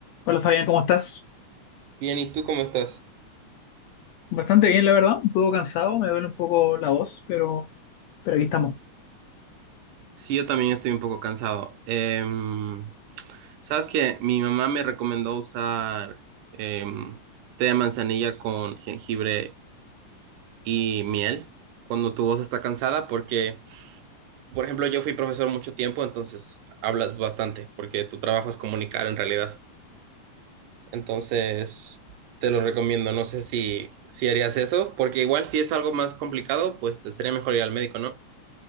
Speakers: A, on the left (about 80°); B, on the right (about 80°).
A: Hola Fabián, ¿cómo estás?
B: Bien, ¿y tú cómo estás?
A: Bastante bien, la verdad. Un poco cansado, me duele un poco la voz, pero, pero aquí estamos.
B: Sí, yo también estoy un poco cansado. Em, sabes que mi mamá me recomendó usar em, té de manzanilla con jengibre y miel cuando tu voz está cansada, porque, por ejemplo, yo fui profesor mucho tiempo, entonces hablas bastante, porque tu trabajo es comunicar en realidad. Entonces, te lo recomiendo. No sé si, si harías eso, porque igual si es algo más complicado, pues sería mejor ir al médico, ¿no?